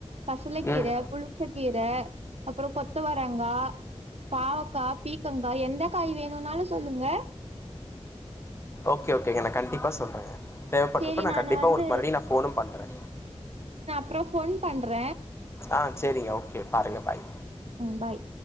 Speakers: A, on the right; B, on the left.
A: பசல கீர
B: ம்
A: புளிச்சக் கீர அப்பறொ கொத்தவரங்கா பாவக்கா பீக்கங்கா எந்த காய் வேணுனாலு சொல்லுங்க
B: ஓகே ஓகேங்க நா கண்டிப்பாக சொல்றங்க தேவப்பட்றப்ப
A: சேரி
B: நா
A: நானு
B: கண்டிப்பா
A: வந்து
B: உங்ளுக்கு மறுபடியு நா ஃபோனு பண்ற
A: ப்றொ ஃபோன் பண்ற
B: ஆ சேரிங்க ஓகே பாருங்க பாய்
A: ம் பாய்